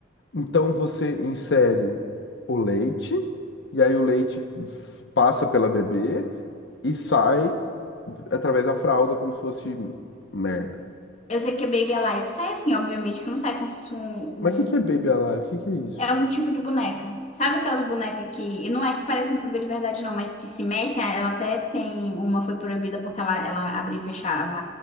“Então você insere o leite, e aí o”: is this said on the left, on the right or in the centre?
Left